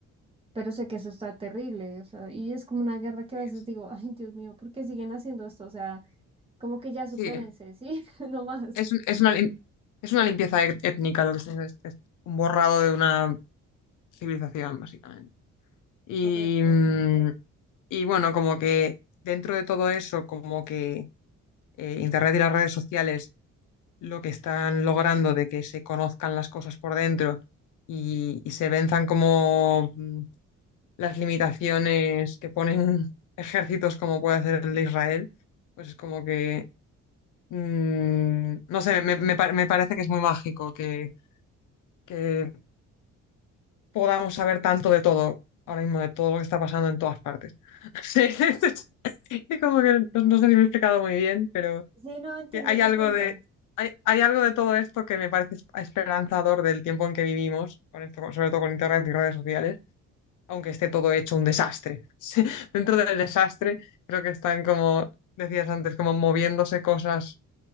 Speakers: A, on the right (about 20°); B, on the left (about 80°).
A: pero sé que eso está terrible, o sea, y es como una guerra que
B: es,
A: a veces digo, ay, Dios mío, ¿por qué siguen haciendo esto? O sea, como que ya supérense,
B: sí,
A: ¿sí? <laughs> No más.
B: es un- es una, lim- es una limpieza et- étnica lo que es, es- es un borrado de una civilización, básicamente. Y,
A: Correcto,
B: mm,
A: sí.
B: Y bueno, como que dentro de todo eso, como que eh, Internet y las redes sociales lo que están logrando de que se conozcan las cosas por dentro y, y se venzan como mm, las limitaciones que ponen <laughs> ejércitos como puede hacer el de Israel, pues es como que, mm, no sé, me, me pa- me parece que es muy mágico que, que podamos saber tanto de todo, ahora mismo de todo lo que está pasando en todas partes. <laughs> Sí, <laughs> es como que no, no sé si me he explicado muy bien, pero...
A: Sí, no entiendo
B: que hay
A: tu
B: algo
A: punto.
B: de, hay, hay algo de todo esto que me parece esperanzador del tiempo en que vivimos, con esto, con- sobre todo con internet y redes sociales, aunque esté todo hecho un desastre. <laughs> Sí, Dentro del desastre, creo que están como decías antes, como moviéndose cosas